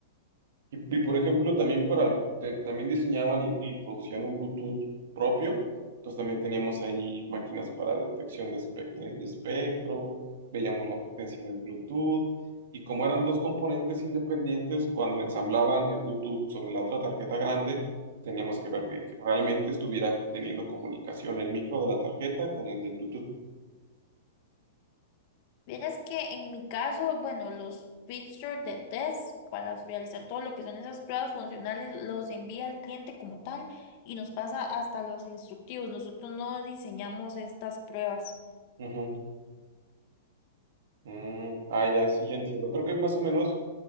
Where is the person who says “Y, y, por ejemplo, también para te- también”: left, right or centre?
Right